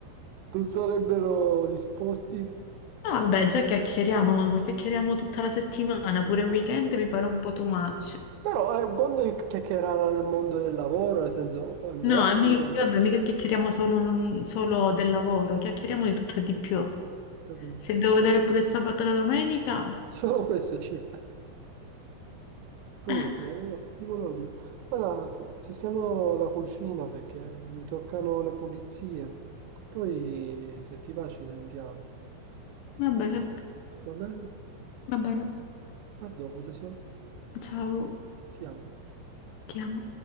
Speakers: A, on the right (about 85°); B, on the left (about 80°).
A: non sarebbero disposti?
B: No, vabbè, già chiacchieriamo, ma ma chiacchieriamo tutta la settimana, pure il weekend mi pare un po' too much.
A: Però è un conto che chiacchierare nel mondo del lavoro, nel senso, quando
B: No,
A: è,
B: e mica,
A: uguale,
B: vabbè, mica chiacchieriamo solo, solo del lavoro, chiacchieriamo di tutto e di più.
A: capito?
B: Se devo vedere pure sabato e la domenica,
A: Solo questo ci fa. Comunque,
B: eh,
A: no, ti volevo dire, ora sistemo la cucina perché mi toccano le pulizie. Poi, se ti va, ci sentiamo.
B: va bene,
A: Va bene?
B: va bene.
A: A dopo, tesoro.
B: Ciao,
A: Ti amo.
B: ti amo.